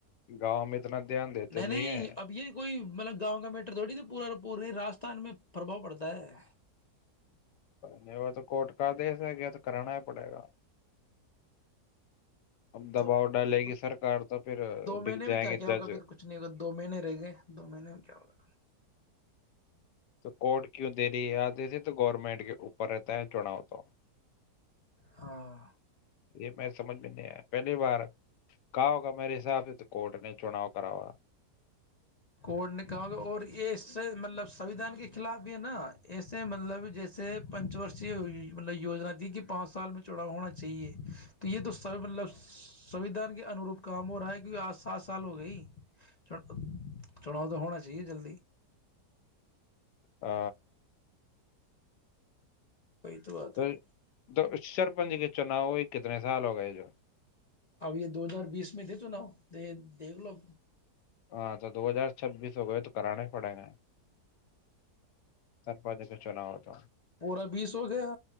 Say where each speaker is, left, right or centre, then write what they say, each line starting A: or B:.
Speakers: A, on the left; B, on the left.
A: گاؤں میں اتنا دھیان دیتے
B: نہیں نہیں
A: ہے
B: اب یہ کوئی مطلب گاؤں کا میٹر تھوڑی تو پورا اور پوری راستان میں پرباؤ پڑتا ہے
A: نہیں وہ تو کوٹ کا آدیش ہے گیا تو کرانا ہی پڑے گا اب دباؤ
B: تو
A: ڈالے
B: تو
A: گی سرکار تو پھر
B: دو مہینے
A: بک جائیں
B: میں کیا
A: گے
B: کیا
A: جج
B: ہوگا پھر کچھ نہیں ہوگا دو مہینے رہ گئے دو مہینے میں کیا ہوگا
A: تو کورٹ کیوں دری آتے تھے تو گورنمنٹ کے اوپر رہتا ہے چڑاؤ تو
B: ہاں
A: یہ میں سمجھ میں نہیں آیا پہلی بار کہؤ کا میرے حساب سے تو کوٹ نے چناؤ کراوا
B: کوٹ نے کہا ہوا اور یہ اس سے مطلب سویدھان کے خلاف یہ نا ایسے مطلب جو جیسے پنچ ورشی م یجنا تھی کہ پانچ سال میں چڑاؤ ہونا چاہیے تو یہ تو سب مطلب سویدھان کے انوروپ کام ہو رہا ہے کہ وہ آج سات سال ہو گئی چ چلو تو ہونا چاہیے جلدی
A: ہ
B: وہی بات
A: تو
B: ہے
A: تو سر پنجی کے چناؤ وہی کتنے سال ہو گئے جو
B: اب یہ دو ہزار بیس میں دے تونا دیکھ لو
A: ہاں تو دو ہزار چھبیس ہو گئے تو کرانے ہی پڑے گا سر پد چناؤ تو
B: پورورا بیس ہو گیا